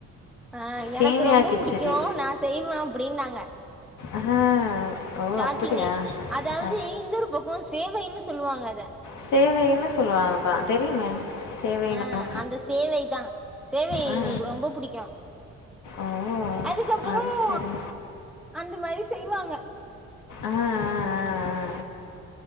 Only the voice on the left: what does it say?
சேமியா
கிச்சடி
ஆ ஓ
அப்படியா
ஆ,
சேவைன்னு சொல்லுவாங்கதா தெரியுமே சேவைன்னு
ஆ
ஓ
அது சரி
ஆ ஆ ஆ